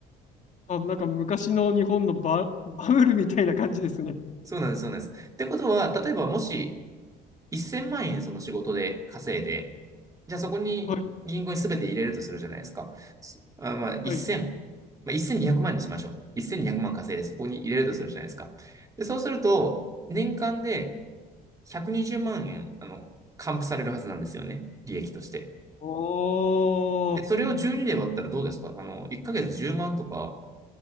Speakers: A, on the left; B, on the right.
A: ー、あ、なんか昔の日本のバ、バブルみたいな感じですね。
B: そうなんです、そうなんです。ってことは、例えばもし1000万円その仕事で稼いで、じゃあそこに銀行に全て入れるとするじゃないですか。
A: はい、
B: すあ、まあ1000、
A: はい。
B: まあ、1200万にひゃくまんにしましょう。1200万稼いでそこに入れるとするじゃないですか。で、そうすると、年間で120万円、あの、還付されるはずなんですよね。利益として。
A: おー、
B: で、それを12で割ったらどうですかあの、1ヶ月10万とか、